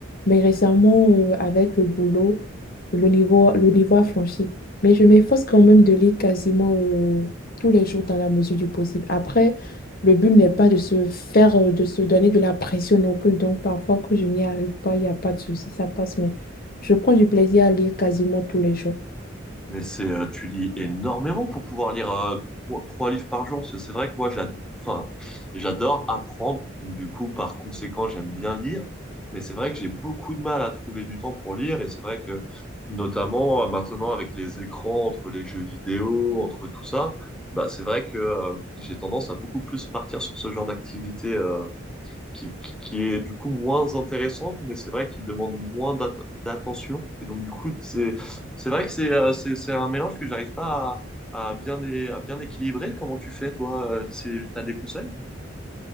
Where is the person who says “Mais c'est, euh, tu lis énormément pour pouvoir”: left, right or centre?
Centre